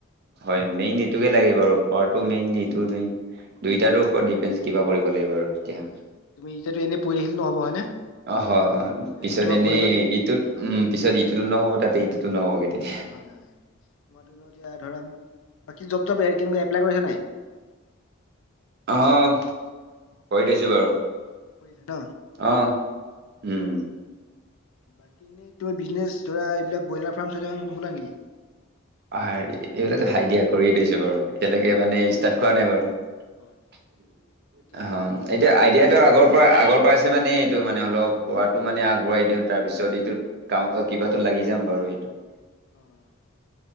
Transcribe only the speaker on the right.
হয় মেইন এইটোৱে লাগে বাৰু পোৱা মেইন এইটো মেইন দুইটাৰো ওপৰত ডিপেন্ঞ্চ কিবা কৰিব লাগিব আৰু
এতিয়া
অ হয় পিছত
এনেই
ইটোত উম পিছত ইটোতো নহ'ব তাতে এটো নহব গে তেতিয়া
আহ কৰি থইছো
বাৰু
আহ উম
হেৰি এইবিলাক হাইডিয়া কৰিয়ে থৈছো বাৰু এতিয়ালৈকে মানে ষ্টাৰ্ট কৰা নাই বাৰু। অ
এতিয়া আইডিয়াটোৰ আগৰ আগৰ পৰাইছে মানে এইটো মানে অলপ পটো মানে আগবঢ়াই দিওঁ তাৰ পিছত এইটোত ক কিবাতো লাগেব দি যাম বাৰু এইটোত